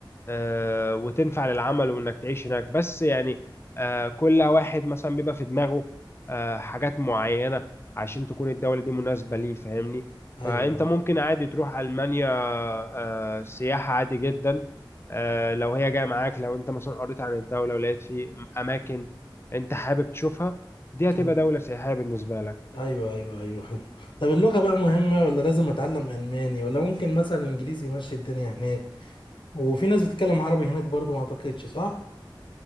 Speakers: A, on the left; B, on the left.
A: آه، وتنفع للعمل وانك تعيش هناك بس يعني آه، كل واحد مثلا بيبقى في دماغه آه، حاجات معينة عشان تكون الدولة دي مناسبة ليه فاهمني
B: ايوه
A: فانت ممكن عادي تروح ألمانيا آه، سياحة عادي جدا آه، لو هي جاية معاك لو انت مثلا قريت عن الدولة ولقيت في اماكن انت حابب تشوفها دي هتبقى
B: ايوه
A: دولة سياحية بالنسبة لك
B: ايوه ايوه ايوه حلو طب اللغه بقى مهمه ولا لازم اتعلم الماني ولا ممكن مثلا انجليزي يمشي الدنيا هناك وفي ناس بتتكلم عربي هناك برضو ما اعتقدش صح